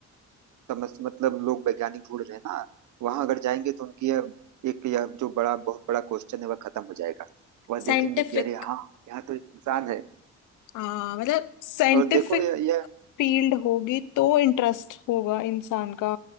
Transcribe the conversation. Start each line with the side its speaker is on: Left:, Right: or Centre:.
Right: समझ मतलब लोग वैज्ञानिक ढूंढ रहे हैं ना वहां अगर जाएंगे तो उनकी यह एक यह जो बड़ा बहुत बड़ा क्वेश्चन है वह खत्म हो जाएगा वह
Left: साइंटिफिक
Right: देखेंगे कि अरे हाँ यहाँ तो एक इंसान है
Left: आ मतलब साइंटिफिक
Right: और देखो यह यह
Left: फील्ड होगी तो इंटरेस्ट होगा इंसान का